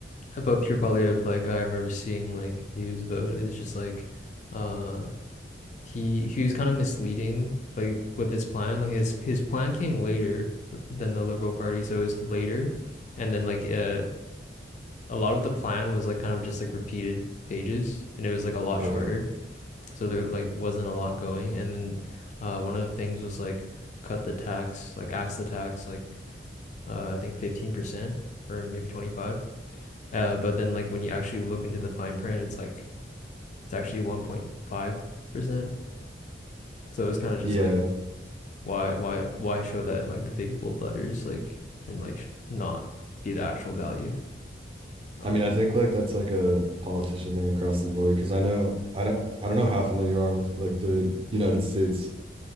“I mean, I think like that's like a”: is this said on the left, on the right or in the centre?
Right